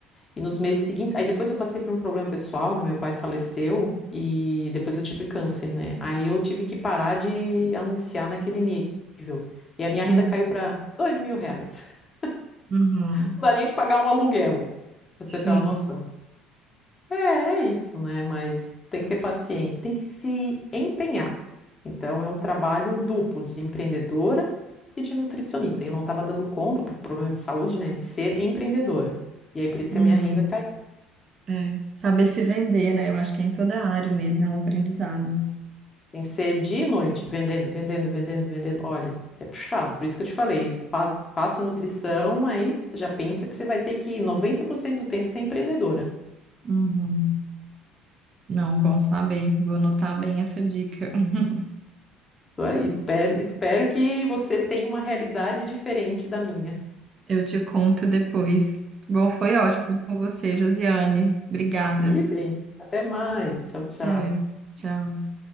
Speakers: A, on the left; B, on the right.
A: E nos meses seguintes. Aí depois eu passei por um problema pessoal, né? Meu pai faleceu e depois eu tive câncer, né? Aí eu tive que parar de anunciar naquele nível. E a minha renda
B: Uhum.
A: caiu para dois mil reais. <laughs>
B: Uhum.
A: Não dá nem de pagar um aluguel, pra
B: Sim.
A: você ter uma noção. É, é isso, né? Mas tem que ter paciência, tem que se empenhar. Então, é um trabalho duplo de empreendedora e de nutricionista. E eu não estava dando conta, por problema de saúde, né, de ser empreendedora. E aí, por isso
B: Uhum.
A: que a minha renda caiu.
B: É. Saber se vender, né? Eu acho que é em toda a área mesmo, é um aprendizado.
A: Tem que ser dia e noite, vendendo, vendendo, vendendo, vendendo. Olha, é puxado. Por isso que eu te falei, faz, faça nutrição, mas já pensa que você vai ter que 90% do tempo ser empreendedora.
B: Uhum. Não, bom saber. Vou anotar bem essa dica. <laughs>
A: Isso aí, espero, espero que você tenha uma realidade diferente da minha.
B: Eu te conto depois. Bom, foi ótimo com você, Josiane. Obrigada.
A: Idem. Até mais. Tchau, tchau.
B: É. Tchau.